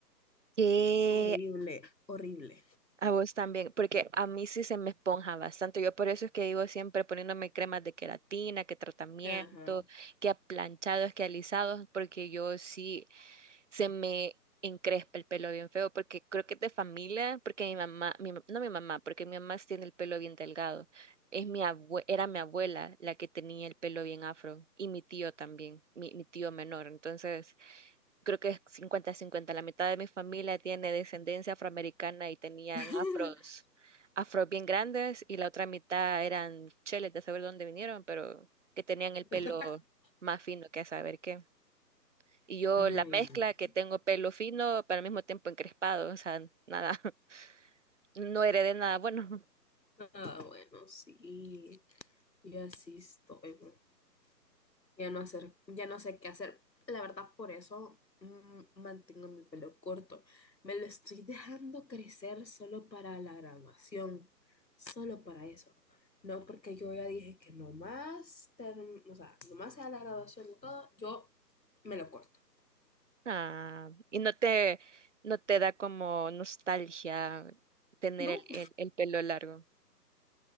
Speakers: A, on the right; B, on the left.
A: Que
B: Horrible, horrible.
A: a vos también, porque a mí sí se me esponja bastante. Yo por eso es que digo siempre poniéndome cremas de queratina, que tratamiento,
B: Ajá.
A: que a planchados, que alisados, porque yo sí. se me encrespa el pelo bien feo, porque creo que es de familia, porque mi mamá, mi ma- no mi mamá, porque mi mamá sí tiene el pelo bien delgado. Es mi abue- era mi abuela la que tenía el pelo bien afro y mi tío también, mi, mi tío menor. Entonces, creo que es 50 cincuenta La mitad de mi familia tiene descendencia afroamericana y tenían
B: <laughs>
A: afros, afros bien grandes y la otra mitad eran cheles de saber dónde vinieron, pero que tenían
B: <laughs>
A: el pelo más fino que a saber qué. Y yo
B: Ay,
A: la mezcla
B: no.
A: que tengo pelo fino, pero al mismo tiempo encrespado, o sea, nada, <laughs> no heredé nada bueno.
B: Ah, bueno, sí. Yo así estoy. ¿no? Ya no hacer, ya no sé qué hacer. La verdad, por eso mm, mantengo mi pelo corto. Me lo estoy dejando crecer solo para la graduación. Solo para eso. No porque yo ya dije que nomás, term- o sea, nomás sea la graduación y todo, yo me lo corto.
A: Ah, y no te, no te da como nostalgia tener
B: No,
A: el, el, el pelo largo.